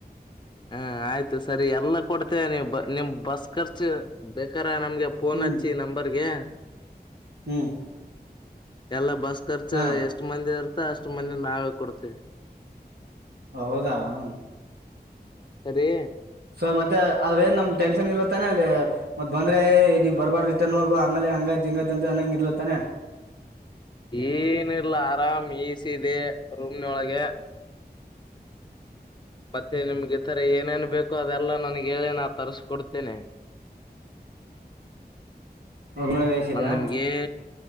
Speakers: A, on the left (about 25°); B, on the right (about 70°).
A: ಹ್ಮ ಆಯ್ತು ಸರಿ ಎಲ್ಲಾ ಕೊಡ್ತೇವೆ ನೀವು ನಿಮ್ ಬಸ್ ಖರ್ಚು ಬೇಕಾರ ನಮ್ಗೆ ಫೋನ್
B: ಹ್ಮ್
A: ಹಚ್ಚಿ ನಂಬರ್ಗೆ
B: ಹ್ಮ್
A: ಎಲ್ಲ ಬಸ್ ಖರ್ಚ
B: ಹಾ
A: ಎಷ್ಟ್ ಮಂದಿ ಇರ್ತ ಅಷ್ಟ್ ಮಂದಿ ನಾವೇ ಕೊಡ್ತೀವಿ
B: ಹೌದಾ
A: ಸರಿ
B: ಸರ್ ಮತ್ತೆ ಅದ್ರ ಏನ್ ನಮ್ ಟೆನ್ ಇಲ್ಲತ್ತತಾನೆ ಅಲ್ಲಿ ಮತ್ತ ಬಂದ್ರೆ ನೀವು ಬರ್ಬಾರ್ದ ರಿಟರ್ನ್ ಹೋಗು ಆಮೇಲೆ ಹಂಗೈತಿ ತಿಂಗಂತ ಚನ್ನಂಗ ಇರ್ಲತ್ತಾನೆ
A: ಏನ ಇಲ್ಲ ಆರಾಮ್ ಈ ಸಿ ಇದೆ ರೂಮ್ನ ಒಳಗೆ ಮತ್ತೆ ನಿಮ್ಗೆ ಈ ತರ ಏನೇನ್ ಬೇಕು ಅದೆಲ್ಲಾ ನನ್ಗ್ ಹೇಳಿ ನ ತರ್ರಿಸಕೊಡ್ತೇನೆ
B: ಹಳ ವಷಿದಾ
A: ಮತ್ ನಿಮ್ಗೆ